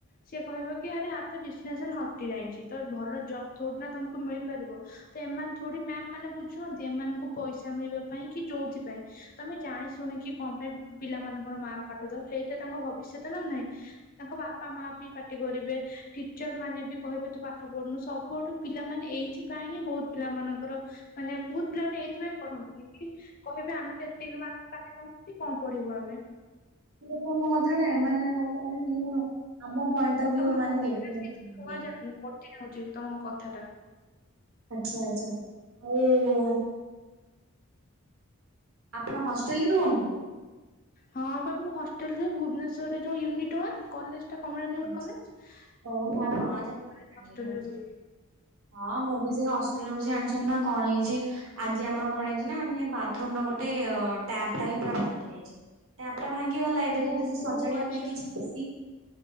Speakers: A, on the left; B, on the right.
A: ସେ କହିବ କି ଆରେ ଆର ତ ଡିଷ୍ଟିନେସନ ହଟି ଯାଇଛି ତ ଭଲ ଜବ୍ ଥୋଡି ନା ତମ କୁ ମିଳିପାରିବ। ତ ଏମାନେ ଥୋଡ଼ି ମ୍ୟାମ ମାନେ ବୁଝୁଛନ୍ତି ଏମାନଙ୍କୁ ପଇସା ମିଳିବା ପାଇଁ କି ଯୋଉଥି ପାଇଁ ତମେ ଜାଣି ଶୁଣିକି କଣ ପାଇଁ ପିଲାମାନଙ୍କ ର ମାର୍କ କାଟୁଛ ସେଇଟା ତାଙ୍କ ଭବିଷ୍ୟତ ନା ନାହିଁ। ତାଙ୍କ ବାପା ମା ବି ପାଟି କରିବେ ଟିଚର ମାନେ ବି କହିବେ ତୁ ପାଠ ପଢୁନୁ ସବୁଆଠୁ ପିଲାମାନେ। ଏଇଥିପାଇଁ ହିଁ ବହୁତ ପିଲା ମାନଙ୍କର ମାନେ ବହୁତ ପିଲାମାନେ ଏଇଥିପାଇଁ ପଢନ୍ତିନି କି କହିବେ ଆମେ ତ ଏତିକି ମାର୍କ କାଟି <unintelligible> କଣ ପଢିବୁ ଆମେ।
B: <unintelligible> ପଏଣ୍ଟ ଅଫ ଭ୍ୟୁ ମାନେ।
A: ତମ କଥାଟା
B: <unintelligible>
A: ଶୁଣା ଯାଉନି କଟି ଯାଉଛି ତମ କଥା ଟା।
B: ଆଛା ଆଛା ହଉ। ଆପଣ ହଷ୍ଟେଲରେ ରୁହନ୍ତି।
A: ହଁ ବା ମୁ ହଷ୍ଟେଲରେ ଭୁବନେଶ୍ୱରରେ ଯେଉଁ ୟୁନିଟ୍ ୱାନ୍। କଲେଜ ଟା କମଳା ନେହୁର
B: ଆଚ୍ଛା।
A: କଲେଜ ତାର
B: ଓହୋ ହଁ
A: <unintelligible>
B: ଜାଣିଲି
A: ହଷ୍ଟେଲ
B: ମୁଁ ବୁଝିଲି।
A: ରେ ରୁହେ।
B: ହଁ ମୁଁ ବି ସେଇ ହଷ୍ଟେଲ ରହୁଛି ଜାଣିଛନ୍ତି ନା କଣ ହେଇଛି ଆଜି ଆମର କଣ ହେଇଛି ନା ଆମେ ବାଥରୁମ ଗୋଟେ ଟାପ ଟା ହିଁ ପୁରା ଭାଙ୍ଗି ଯାଇଛି। ଟାପ ଟା ଭାଙ୍ଗି ଗଲା ଏବେ ଯେମେୁ
A: ଓହୋ
B: ସେ ସଜାଡିବା
A: ଆଚ୍ଛା।
B: ପାଇଁ କିଛି ଆସି